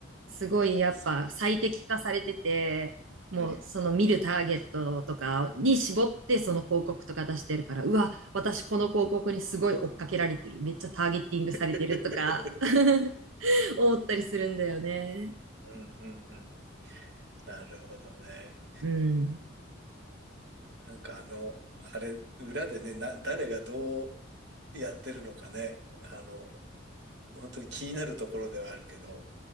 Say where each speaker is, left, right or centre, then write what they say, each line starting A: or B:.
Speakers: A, on the right; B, on the right.
A: すごいやっぱ最適化されてて、
B: そ
A: もうその見るターゲットとかに絞ってその広告とか出してるから、
B: うん。
A: うわ、私この広告にすごい追っかけられてる。めっちゃターゲティングされてるとか
B: <laughs>
A: <laughs> 思ったりするんだよね。
B: うんうんうん。なるほどね。
A: うん。
B: なんかあの、あれ、裏でね、な、誰がどうやってるのかね。あの、本当に気になるところではあるけど、